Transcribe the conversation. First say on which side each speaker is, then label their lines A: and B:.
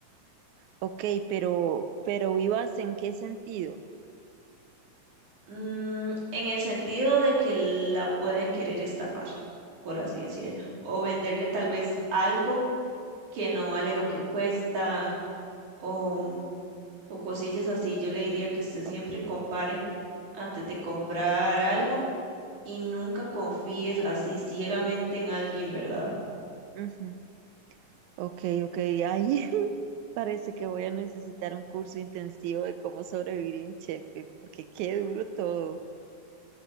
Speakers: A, on the right; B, on the right.
A: Ok, pero, pero ¿vivas en qué sentido?
B: Mm, en el sentido de que la pueden querer estafar, por así decirlo, o venderle tal vez algo que no vale lo que cuesta, o, o cosillas así. Yo le diría que usted siempre
A: Ok,
B: compare antes de comprar algo Y nunca confíes así ciegamente en alguien, ¿verdad?
A: ujú, Ok, ok, ahí <laughs> parece que voy a necesitar un curso intensivo de cómo sobrevivir en Chepe, porque qué duro todo.